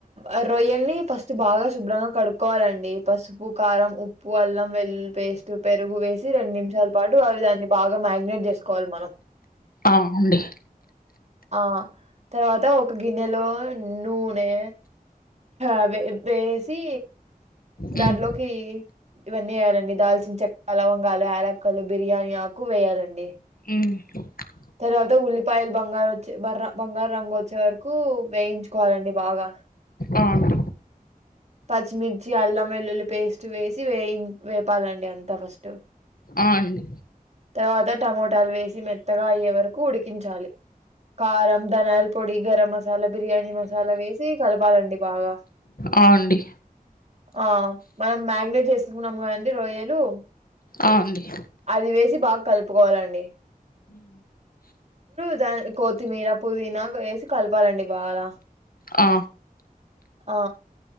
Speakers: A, on the right (about 45°); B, on the left (about 70°).
A: ఆ రొయ్యల్ని ఫస్ట్ బాగా శుభ్రంగా కడుక్కోవాలండి పసుపు. కారం, ఉప్పు, అల్లం వెల్లుల్లి పేస్ట్, పెరుగు వేసి రెన్ నిమిషాల్ పాటు అవి దాన్ని బాగా మ్యాగ్నేట్ జే. స్కోవలి మనం
B: అ <unintelligible> అండి
A: ఆ తర్వాత ఒక గిన్నెలో నుూనే అవే బేసి దాన్ట్లోకి
B: మ్మ్
A: ఇవన్నీ ఏయాలండి దాల్చిన చెక్క, లవంగాలు, యాలక్కలు, బిర్యానీ ఆకు వేయాలండి.
B: మ్
A: తర్వాత ఉల్లిపాయలు బంగారు వచ్చే బర్ర బంగారు రంగోచ్చే వరకు వేయించుకోవాలండి బాగా.
B: అవును
A: పచ్చిమిర్చి, అల్లం వెల్లుల్లి పేస్ట్ వేసి వేయిన్ వేపాలండి అంత ఫస్ట్.
B: ఆ అండి
A: తర్వాత టమోటాలు వేసి మెత్తగా అయ్యే వరకు ఉడికించాలి కారం, ధనాల్. పొడి గరం మసాలా బిర్యానీ మసాలా వేసి కలపాలండి బాగా
B: ఆ అండి
A: ఆ మనం మ్యాగినేట్ చేసుకున్నాము కదండీ రొయ్యలు.
B: ఆ అండి
A: అది వేసి బాగా కల్పుకోవాలండి <unintelligible> న్ కొత్తిమీర పుదీనా గా ఏసి కలపాలండి బాగా
B: ఆ
A: ఆ